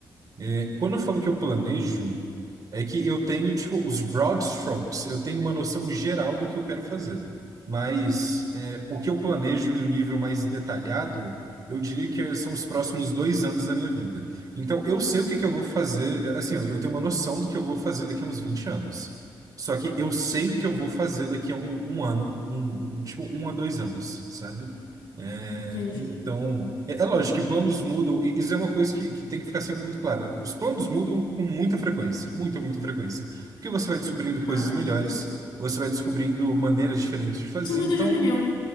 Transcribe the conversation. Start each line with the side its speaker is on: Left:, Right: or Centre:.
Right: É, quando eu falo que eu planejo, é que eu tenho, tipo, os broad strokes, eu tenho uma noção geral do que eu quero fazer. Mas é, o que eu planejo em um nível mais detalhado, eu diria que são os próximos dois anos da minha vida. Então, eu sei o que que eu vou fazer, assim, eu tenho uma noção do que eu vou fazer daqui a uns 20 anos. Só que eu sei o que eu vou fazer daqui a um, um ano, um, um- tipo, um a dois anos, sabe? É,
Left: entendi.
Right: Então, é, é lógico que planos mudam, e isso é uma coisa que, que tem que ficar sempre muito clara. Os planos mudam com muita frequência, muita, muita frequência. Porque você vai descobrindo
Left: Ah,
Right: coisas melhores,
Left: com certeza.
Right: você vai descobrindo maneiras diferentes de fazer,
Left: Você muda
Right: então
Left: de opinião.